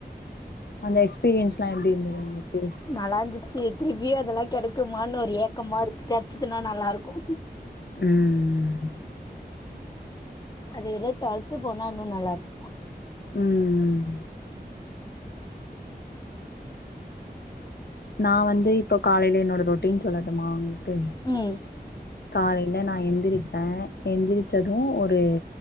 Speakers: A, on the left; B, on the left.
A: அந்த எக்ஸ்பீரியன்ஸ்ல்லா எப்டி இருந்துது உங்கள்க்கு
B: நல்லா இருந்துச்சு திருப்பியு அதெல்லா கெடைக்குமான் ஒரு ஏக்கமா இருக்கு கெடைச்சிதுனா நல்லாருக்கு
A: ம் <inaudible>
B: அது எதோ டுவல்த்து போனா இன்னு நல்லாருக்கு
A: ம் ம் நா வந்து இப்போ காலைல என்னோட ரொட்டீன் சொல்லட்டுமா உங்களுக்கு
B: ம்
A: காலைல நா எந்திரிப்ப எந்திரிச்சது ஒரு